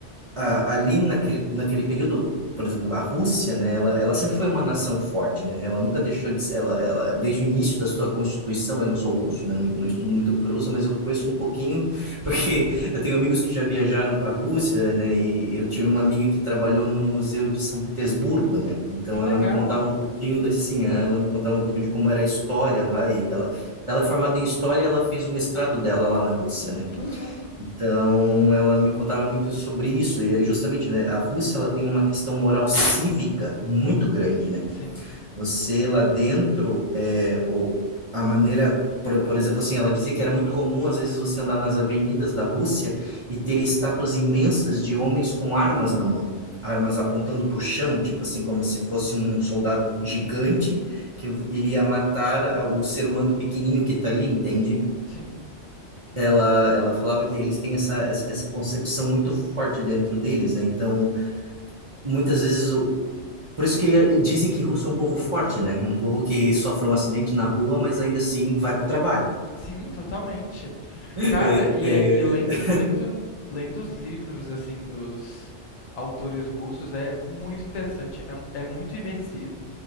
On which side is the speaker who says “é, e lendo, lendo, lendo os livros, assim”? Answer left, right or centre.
Left